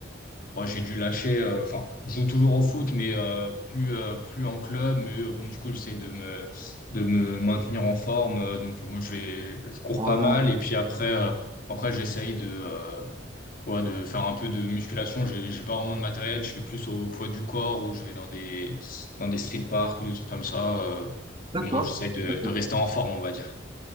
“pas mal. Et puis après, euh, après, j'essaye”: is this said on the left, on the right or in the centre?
Left